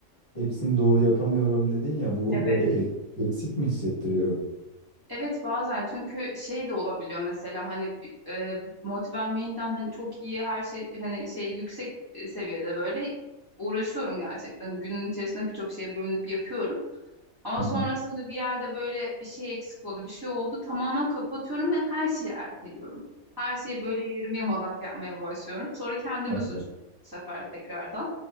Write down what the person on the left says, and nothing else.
hepsini doğru yapamıyorum dedin ya bu
böyle ek- eksik mi hissettiriyor?
Hı
hı.
Evet.